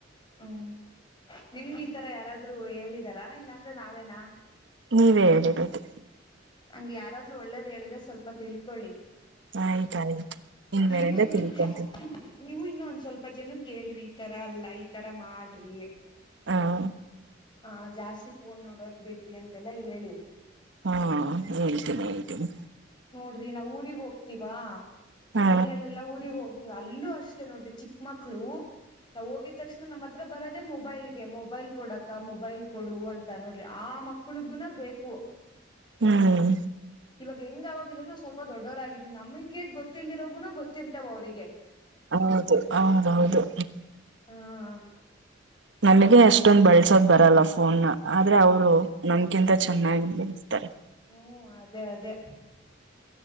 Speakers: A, on the left; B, on the right.
A: ಹ್ಮ್ ನಿಮ್ ಈ ತರ ಯಾರಾದ್ರರು ಹೇಳಿದಾರಾ ಇಲ್ಲಾಂದ್ರೆ ನಾವೇನಾ
B: ನೀವೇ ಹೇಳಿಬೋದು
A: ಹಂಗ ಯಾರಾದ್ರರು ಒಳ್ಳೇದ ಹೇಳಿದ್ರೆ ಸ್ವಲ್ಪ ತಿಳ್ಕೊಳ್ಳಿ
B: ಹಯ್ ಕಾಯ ಇನ್ವೇರೆಲ್ಲ
A: ನೀವು ಇನ್ನು
B: ತಿಳ್ಕೊಂತೀನಿ
A: ನೀವು ಇನ್ನೊ ಒಂದ್ ಸ್ವಲ್ಪ ಜನ ಕೇೇಳ್ರಿ ಈ ತರ ಅಲ್ಲ ಈ ತರ ಮಾಡ್ರಿ
B: ಹಾ <unintelligible>
A: <unintelligible> ಹ ಜಾಸ್ತಿ ಫೋನ್ ನೋಡೋದ್ ಬಿಡ್ರಿ ಅಂತೆಲ್ಲ ಹೇಳಿ
B: ಹಾ ಹೇಳ್ತೀನಿ ಹೇಳ್ತೀನಿ
A: <unintelligible> ರಿ ನಾವ್ ಊರಿಗೆ ಹೋಗ್ತವಾ
B: ಹಾ
A: ಹಳ್ಳಿಯಲ್ಲೆಲ್ಲಾ ಊರಿಗೆಗ ಹೋಗ ಅಲ್ಲೂ ಅಷ್ಟೇ ನೋಡ್ರಿ ಚಿಕ್ಕ ಮಕ್ಳು <unintelligible> ನಾವು ಹೋಗಿದ ತಕ್ಷಣ ನಮ್ಮ ಹತ್ರ ಬರದದೆ ಮೊಬೈಲ್ ಗೆ ಮೊಬೈಲ್ ಕೊಡಕ್ ಕ್ಕ ಮೊಬೈಲ್ ಕೊಡುುವ ಅಂತ ನೋಡ್ರಿ ಆ ಮಕ್ಳಗುನ ಬೇಕು
B: ಹ್ಮ್
A: ಇವಾಗ ಹೆಂಗ ಆಗಿದ್ರು ನ ಸ್ವಲ್ಪ ದೊಡ್ಡವರಾಗಿದೀ ನಮಗಗೆ ಗೊಲ್ದಿರೋಗುನ ಗೊತ್ತಿರ್ತಾವ ಅವ್ರರಿಗೆ
B: ಹೌದು ಹೌದೌದು <unintelligible>
A: ಹಾ <unintelligible>
B: ನನಗೆ ಎಷ್ಟೊಂದ್ ಬಳ್ಸೋದ್ ಬರಲ್ಲ ಫೋನ್ <unintelligible> ಆದ್ರೆ ಅವರು ನನ್ಕಿಂತ <unintelligible> ಚೆನ್ನಾಗಿ ನಿಸ್ತಾರೆ <unintelligible>
A: ಹ್ಮ್ ಅದೇ ಅದೇ <unintelligible>